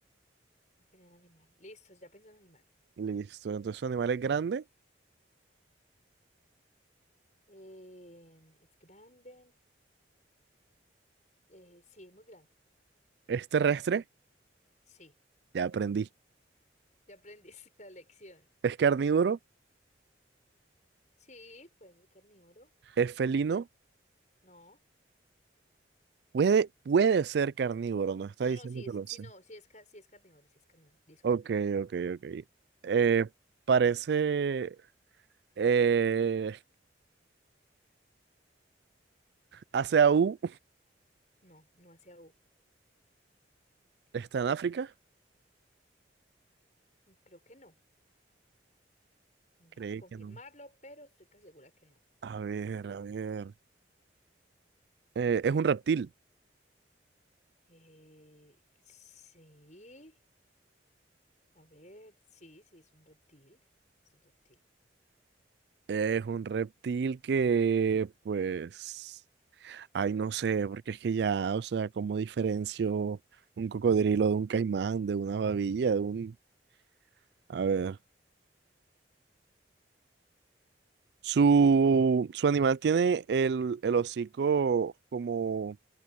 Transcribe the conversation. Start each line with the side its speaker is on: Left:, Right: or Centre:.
Left: Vas a pensar en animal. Listo, ya pensó en animal.
Right: Listo, entonces su animal es grande,
Left: Em, es grande. Eh, sí, es muy grande.
Right: es terrestre,
Left: Sí,
Right: ya aprendí.
Left: ya aprendiste <laughs> la lección.
Right: Es carnívoro,
Left: Sí, puede ser carnívoro.
Right: es felino,
Left: No.
Right: puede, puede ser carnívoro, no está
Left: No,
Right: diciendo
Left: no, sí,
Right: que
Left: es,
Right: lo
Left: sí,
Right: sea.
Left: no, sí es, ca- sí es carnívoro, sí es carnívoro, discúlpame.
Right: Ok, ok, ok. Eh, parece, eh, hace AU,
Left: No, no hacia U.
Right: <laughs> está en África,
Left: Creo que no. Déjame
Right: creí
Left: confirmarlo,
Right: que no.
Left: pero estoy casi segura que no.
Right: A ver, a ver. Eh, es un reptil,
Left: Eh, sí, a ver, sí, sí, es un reptil, es un reptil.
Right: es un reptil que, pues, ay, no sé, porque es que ya, o sea, ¿cómo diferencio un cocodrilo de un caimán, de una babilla, de un... A ver. Su, su animal tiene el, el hocico como,